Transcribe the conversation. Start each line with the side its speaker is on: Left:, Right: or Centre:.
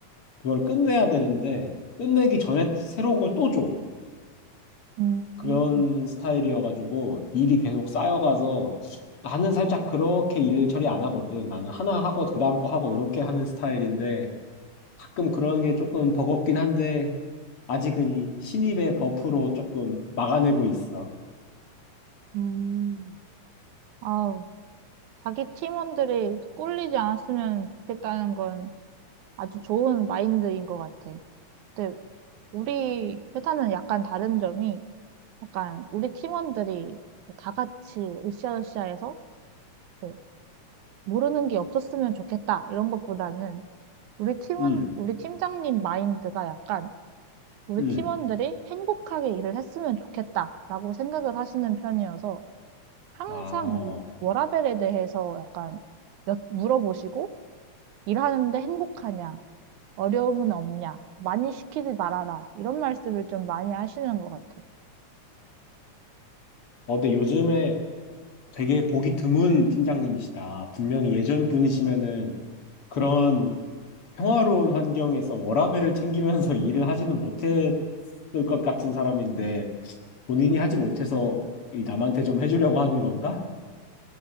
Left: 그걸 끝내야 되는데 끝내기 전에 새로운 걸 또 줘.
Right: 음.
Left: 그런 스타일이어가지고 일이 계속 쌓여가서 나는 살짝 그렇게 일 처리 안 하거든. 나는 하나 하고 그다음 거 하고 이렇게 하는 스타일인데 가끔 그런 게 조금 버겁긴 한데 아직은 이 신입의 버프로 조금 막아내고 있어.
Right: 음. 아우, 자기 팀원들이 꿀리지 않았으면 좋겠다는 건 아주 좋은 마인드인 것 같아. 근데 우리 회사는 약간 다른 점이 약간 우리 팀원들이 다 같이 으쌰으쌰해서 뭐 모르는 게 없었으면 좋겠다 이런 것보다는 우리 팀원
Left: 음,
Right: 우리 팀장님 마인드가 약간 우리
Left: 음.
Right: 팀원들이 행복하게 일을 했으면 좋겠다라고 생각을 하시는 편이어서 항상
Left: 아, 어.
Right: 이 워라밸에 대해서 약간 여- 물어보시고 일하는데 행복하냐 어려움은 없냐 많이 시키지 말아라 이런 말씀을 좀 많이 하시는 것 같아요.
Left: 어, 근데 요즘에 되게 보기 드문 팀장님이시다. 분명히 예전 분이시면은 그런 평화로운 환경에서 워라밸을 챙기면서 <laughs> 일을 하지는 못했을 것 같은 사람인데 본인이 하지 못해서 이 남한테 좀 해주려고 하는 건가?